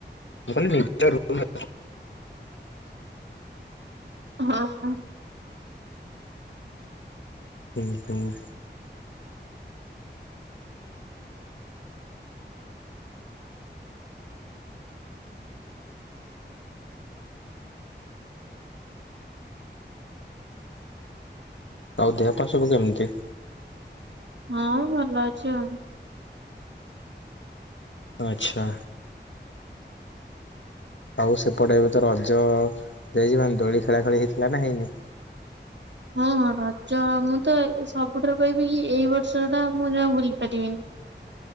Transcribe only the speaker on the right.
ହଁ।
ହଁ ଭଲ ଅଛି ଆଉ।
ହଁ ହଁ ରଜ ମୁଁ ତ ସବୁଠାରୁ କହିବି କି ଏଇ ବର୍ଷ ଟା ମୁଁ ଜମା ଭୁଲି ପାରିବିନି।